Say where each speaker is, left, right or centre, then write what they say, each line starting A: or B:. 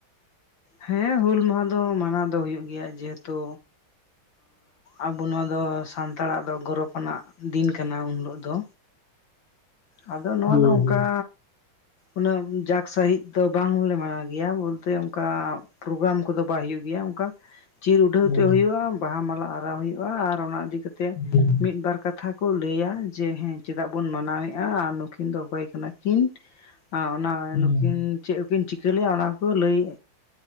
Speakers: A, on the left; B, on the left.
A: ᱦᱮᱸ ᱦᱩᱞ ᱢᱟᱦᱟ ᱫᱚ ᱢᱟᱱᱟᱣ ᱫᱚ ᱦᱩᱭᱩᱜ ᱜᱮᱭᱟ ᱡᱮᱦᱮᱛᱩ ᱟᱵᱚ ᱱᱚᱣᱟ ᱫᱚ ᱥᱟᱱᱛᱟᱲᱟᱜ ᱫᱚ ᱜᱚᱨᱚᱵ ᱟᱱᱟᱜ ᱫᱤᱱ ᱠᱟᱱᱟ ᱩᱱ ᱦᱤᱞᱚᱜ ᱫᱚ
B: <unintelligible>
A: ᱟᱫᱚ ᱱᱚᱣᱟ
B: ᱦᱩᱸ
A: ᱫᱚ ᱚᱱᱠᱟ᱾
B: ᱦᱩᱸ
A: ᱩᱱᱟᱹᱜ ᱡᱟᱠ ᱥᱟᱦᱤᱡ ᱫᱚ ᱵᱟᱝᱞᱮ ᱢᱟᱱᱟᱣ ᱜᱮᱭᱟ ᱵᱚᱞᱛᱮ ᱚᱱᱠᱟ ᱯᱨᱳᱜᱨᱟᱢ ᱠᱚᱫᱚ ᱵᱟᱭ ᱦᱳᱭᱳᱜ ᱜᱮᱭᱟ ᱚᱱᱠᱟ ᱪᱤᱨ ᱩᱰᱷᱟᱹᱣ
B: ᱦᱩᱸ
A: ᱛᱮ ᱦᱩᱭᱩᱜᱼᱟ ᱵᱟᱦᱟ ᱢᱟᱞᱟ ᱟᱨᱟᱣ ᱦᱩᱭᱩᱜᱼᱟ ᱟᱨ ᱚᱱᱟ ᱤᱫᱤ ᱠᱟᱛᱮ
B: ᱦᱩᱸ
A: ᱢᱤᱫ ᱵᱟᱨ ᱠᱟᱛᱦᱟ ᱠᱟᱛᱷᱟ ᱠᱚ ᱞᱟᱹᱭᱟ ᱡᱮ ᱦᱮᱸ ᱪᱮᱫᱟᱜ ᱵᱚᱱ ᱢᱟᱱᱟᱣᱮᱫᱼᱟ ᱟᱨ ᱱᱩᱠᱤᱱ ᱫᱚ ᱚᱠᱚᱭ ᱠᱟᱱᱟ ᱠᱤᱱ ᱦᱟᱸ ᱚᱱᱟ
B: ᱦᱩᱸ
A: ᱱᱩᱠᱤᱱ ᱪᱮᱫ ᱠᱚᱠᱤᱱ ᱪᱤᱠᱟᱹ ᱞᱮᱫᱟ ᱚᱱᱟᱠᱚ ᱞᱟᱹᱭ